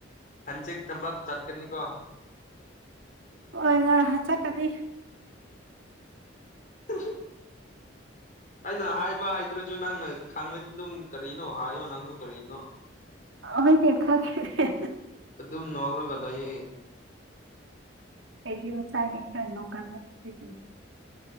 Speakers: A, on the left; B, on the right.
A: ꯍꯪꯆꯤꯠ ꯊꯕꯛ ꯆꯠꯀꯅꯤꯀꯣ
B: ꯍꯣꯏ ꯍꯣꯢ ꯍꯥ ꯆꯠꯀꯅꯤ
A: <unintelligible> ꯑꯩꯅ ꯍꯥꯏꯕ ꯍꯩꯇꯔꯥꯁꯨ ꯅꯪꯅ ꯈꯪꯉꯗꯤ ꯑꯗꯨꯝ ꯀꯔꯤꯅꯣ ꯍꯥꯏꯌꯣ ꯅꯪꯁꯨ ꯀꯔꯤꯅꯣ
B: ꯍꯣꯏꯅꯦ ꯈꯪꯉꯦꯅꯦ
A: ꯑꯗꯨꯝ ꯅꯣꯛꯔꯒ ꯂꯩꯌꯦ
B: ꯑꯩꯗꯤ ꯃꯁꯥꯒꯤ ꯈꯔꯥ ꯅꯣꯛꯀꯟꯕꯅꯦ ꯑꯩ